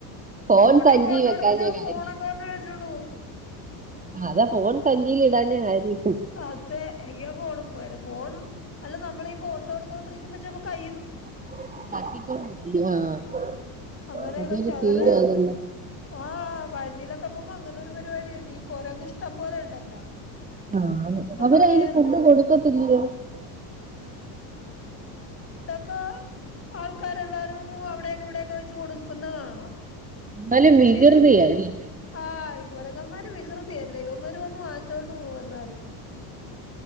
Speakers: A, on the right; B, on the left.
A: ഫോൺ
B: ഫോണെ
A: സഞ്ചി
B: ഫോട്ടോ
A: വെക്കാഞ്ഞ
B: എടുമ്പോ
A: കാര്യം
B: ഫോണൊക്കെ വന്ന് മേടിച്ചുകോണ്ട് പോവും
A: അതാ ഫോൺ തഞ്ചി ഇടാനാ ഹരി <unintelligible>
B: അതെ എങ്കാ ഫോണും പോയന ഫോൺ അല്ല നമ്മള് ഈ ഫോട്ടോ എടുത്തോണ്ടിരിക്കുമ്പോ ചെലപ്പോ കൈ
A: <inaudible> <inaudible> <inaudible>
B: അങ്ങനെയൊക്കെ
A: അതൊരു
B: ചകറ്
A: സീനാണല്ലോ
B: ആഹ പഴിനിലൊക്കെ പോകുമ്പോ അങ്ങനെ ഒരു പരിപാടിയുണ്ട് ഈ കൊരങ്ങ് ഇഷ്ടം പോലെ ഉണ്ടല്ലോ
A: ആ <inaudible>
B: നമ്മള്
A: അവര് അതിന്
B: കേറുന്നെ
A: ഫുഡ് കൊടുക്കത്തില്ലയോ
B: ക്ക ആൾക്കാരെല്ലാരും അവിടേക്കെ ഇവിടെക്കെ വെച്ച് കൊടുക്കുന്ന കാണാം
A: എന്നാലും വികൃതിയാ
B: ശിത്
A: അല്ലേ
B: ആഹ കുരങ്ങന്മാര് വികൃതിയല്ലേ ഇവന്മാര് വന്ന് വാങ്ങിച്ചോണ്ട് പോവും എന്നാലും